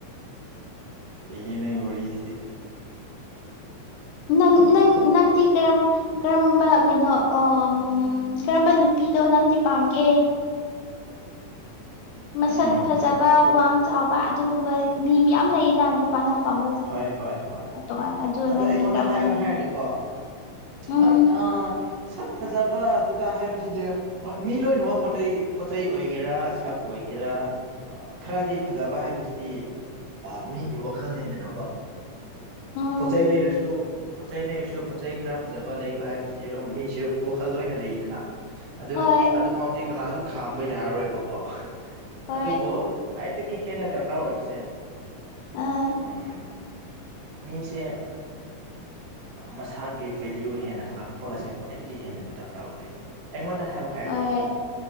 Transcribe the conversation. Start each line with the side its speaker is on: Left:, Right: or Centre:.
Right: ꯐꯖꯩꯍꯦ ꯅꯩ ꯋꯥꯔꯤꯁꯤꯗꯤ
Left: ꯅꯪ ꯅꯪ ꯅꯪꯗꯤ ꯀꯔꯝ ꯀꯔꯝꯕ ꯀꯩꯅꯣ ꯑꯎꯝ ꯀꯔꯝꯕ ꯅꯨꯄꯤꯗꯣ ꯅꯪꯗꯤ ꯄꯥꯝꯒꯦ ꯃꯁꯛ
Right: ꯎꯝ
Left: ꯐꯖꯕ ꯋꯥꯡ ꯆꯥꯎꯕ ꯑꯗꯨꯒꯨꯝꯕ ꯃꯤ ꯃꯌꯥꯝ ꯂꯩꯌꯦꯅ ꯅꯨꯄꯥꯅ ꯄꯥꯝꯕ
Right: ꯍꯣꯏ ꯍꯣꯏ ꯍꯣꯏ
Left: ꯇꯣꯉꯥꯟ
Right: ꯑꯗꯨ
Left: ꯅꯪꯗꯤ
Right: ꯑꯩꯉꯣꯟꯗ
Left: ꯀꯔꯝꯕ
Right: ꯍꯥꯏꯌꯨ
Left: ꯅꯨꯄꯤ
Right: ꯍꯥꯏꯔꯗꯤꯀꯣ
Left: ꯎꯝ
Right: ꯍꯣꯏ ꯑ ꯁꯛ ꯐꯖꯕ ꯗꯨꯗ ꯍꯥꯏꯕꯁꯤꯗꯤ ꯍ‌ꯣꯏ ꯃꯤ ꯂꯣꯏꯅꯃꯛ ꯄꯣꯠ ꯆꯩꯩ ꯄꯣꯠꯆꯩ ꯑꯣꯏꯒꯦꯔꯥ ꯁꯛ ꯑꯣꯏꯒꯦꯔꯥ ꯑ ꯈꯔꯗꯤ ꯐꯖꯕ ꯍꯥꯏꯕꯁꯤꯗꯤ ꯑ ꯃꯤꯒꯤ ꯋꯥ ꯋꯥꯈꯜꯅꯤꯗꯅꯀꯣ
Left: ꯎꯝ
Right: ꯄꯣꯠ ꯆꯩ ꯂꯩꯔꯁꯨ ꯄꯣꯠꯆꯩ ꯂꯩꯔꯁꯨ ꯄꯣꯠ ꯆꯩꯩ ꯈꯔ ꯐꯖꯕ ꯂꯩꯕ ꯍꯥꯏꯕꯁꯤ <unintelligible> ꯃꯤꯁꯨ ꯋꯥꯈꯜ ꯂꯣꯏꯅ ꯂꯩꯗꯅ ꯑꯗꯨ
Left: ꯍꯣꯏ
Right: ꯑꯗꯨ ꯐꯥꯎꯗꯤ ꯀꯅꯥꯁꯨ ꯈꯥꯝꯕ ꯌꯥꯔꯔꯣꯏꯕꯀꯣ
Left: ꯍꯣꯏ
Right: ꯑꯗꯨꯕꯨ ꯈ꯭ꯋꯥꯏꯗꯒꯤ ꯍꯦꯟꯅ ꯗꯔꯀꯥꯔ ꯑꯣꯏꯕꯁꯦ
Left: ꯑꯥ
Right: ꯎꯝ ꯃꯤꯁꯦ ꯃꯁꯥꯒꯤ ꯚꯦꯂ꯭ꯌꯨ ꯍꯦꯟꯅ ꯉꯥꯛꯄ ꯑꯁꯦ ꯈ꯭ꯋꯥꯏꯗꯒꯤ ꯍꯦꯟꯅ ꯗꯔꯀꯥꯔ ꯑꯣꯏꯌꯦꯕ ꯑꯩꯉꯣꯟꯗ ꯍꯥꯏꯌꯨ ꯍꯥꯏꯔꯗꯤꯀꯣ
Left: ꯍꯣꯏ